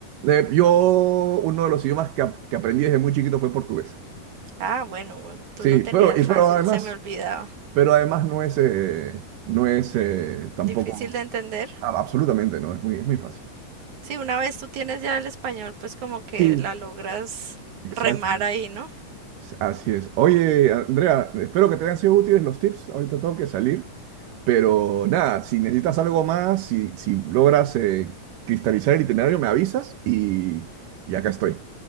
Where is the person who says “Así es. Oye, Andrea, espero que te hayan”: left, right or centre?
Right